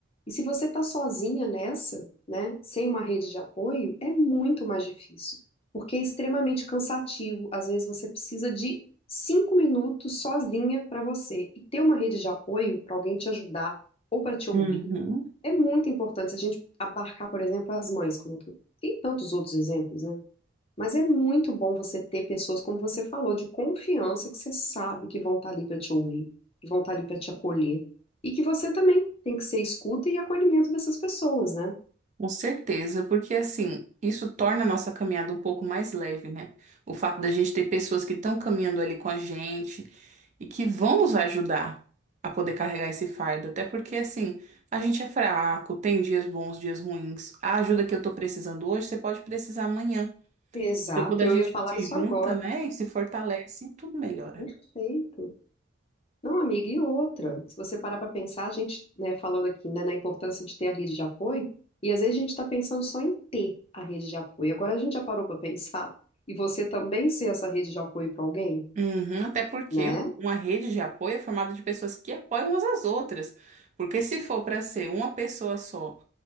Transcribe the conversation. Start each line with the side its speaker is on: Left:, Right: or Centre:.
Left: E se você está sozinha nessa, né, sem uma rede de apoio, é muito mais difícil, porque é extremamente cansativo. Às vezes você precisa de cinco minutos sozinha para você. E ter uma rede de apoio para alguém te ajudar ou para te ouvir
Right: Uhum.
Left: é muito importante. Se a gente abarcar, por exemplo, as mães, como eu tô- tem tantos outros exemplos, né? Mas é muito bom você ter pessoas, como você falou, de confiança, que você sabe que vão estar ali para te ouvir, que vão estar ali para te acolher. E que você também tem que ser escuta e acolhimento dessas pessoas, né?
Right: Com certeza, porque assim, isso torna a nossa caminhada um pouco mais leve, né? O fato da gente ter pessoas que estão caminhando ali com a gente e que vão nos ajudar a poder carregar esse fardo. Até porque, assim, a gente é fraco, tem dias bons, dias ruins. A ajuda que eu tô precisando hoje, você pode precisar amanhã.
Left: Exato,
Right: Então, quando a
Left: eu
Right: gente
Left: ia falar
Right: se
Left: isso
Right: junta,
Left: agora.
Right: né, e se fortalece, tudo melhora.
Left: Perfeito. Não, amiga, e outra? Se você parar para pensar, a gente, né, falando aqui, né, na importância de ter a rede de apoio, e às vezes a gente está pensando só em ter a rede de apoio. Agora a gente já parou para pensar, e você também ser essa rede de apoio para alguém,
Right: Uhum, até porque
Left: né?
Right: uma rede de apoio é formada de pessoas que apoiam umas às outras. Porque se for para ser uma pessoa só